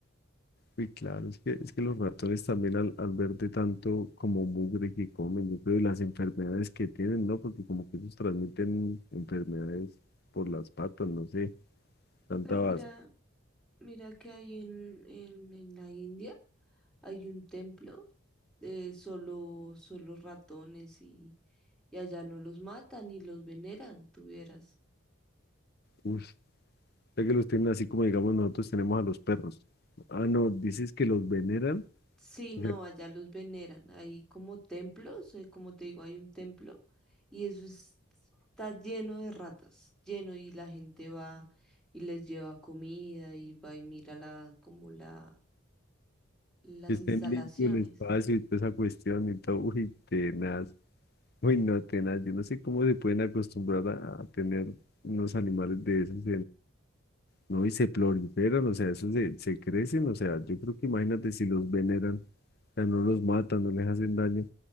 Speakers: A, on the left; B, in the centre.
A: Uy, claro, es que, es que los ratones también al, al ver de tanto como mugre que comen, yo creo, y las enfermedades que tienen, ¿no? Porque como que ellos transmiten enfermedades por las patas, no sé, tanta
B: Pero
A: base.
B: mira, mira que hay en, en, en la India. hay un templo de solo, solo ratones y, y allá no los matan y los veneran, tuvieras.
A: Uf, sé que los tienen así como digamos nosotros tenemos a los perros. Ah, no, dices que los veneran,
B: Sí, no,
A: o sea,
B: allá los veneran. Hay como templos, eh, como te digo, hay un templo y eso es- está lleno de ratas, lleno y la gente va y les lleva comida y va y mira la, como la, las
A: que estén
B: instalaciones.
A: limpios el espacio y toda esa cuestión y todo, uy, tenaz, uy, no, tenaz, yo no sé cómo se pueden acostumbrar a, a tener unos animales de esos ¿no? Y se proliferan, o sea, eso se, se crecen, o sea, yo creo que imagínate si los veneran, o sea, no los matan, no les hacen daño,